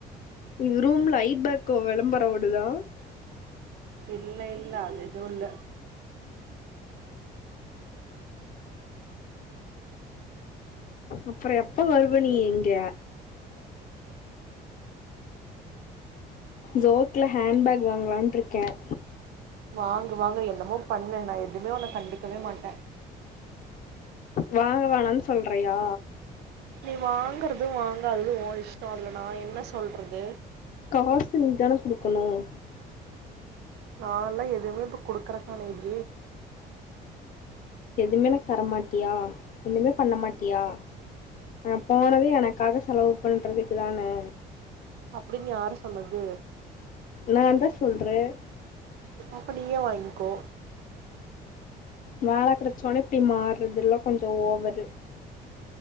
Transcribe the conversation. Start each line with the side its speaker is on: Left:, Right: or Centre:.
Left: உ ரூம்ல ஐபேக்க விளம்பர ஓடுதா
Right: இல்ல இல்ல அது இது இல்ல
Left: அப்புறம் எப்ப வருவ நீ இங்க ஜோக்ல ஹேண்ட பேக் வாங்கலான்ட்டு இருக்கேன்
Right: வாங்க வாங்க என்னமோ பண்ணு நான் எதுவுமே உன்னை கண்டு வேமாட்ட
Left: வாங்க வேணன்னனு சொல்றியா
Right: நீ வாங்கறதும் வாங்காதது உன் இஷ்டம் அதுலனா நான் என்ன சொல்றது
Left: காசு நீ தானு குடுக்கணும்
Right: நான்ல்லாம் எதுவுமே இப்ப குடுக்குறக்காலம் எது
Left: எதுவுமே தரமாட்டியா ஒண்ணுமே பண்ண மாட்டியா ஆஹ போனது எனக்காக செலவு பண்றதுக்கு தானே
Right: அப்படின்னு யாரு சொன்னது
Left: நான் தான் சொல்றேன்
Right: அப்படியே வாய்ங்கோ
Left: வேலை கிடைச்சோனே இப்படி மாறுறதுல்லாம் கொஞ்சம் ஓவரு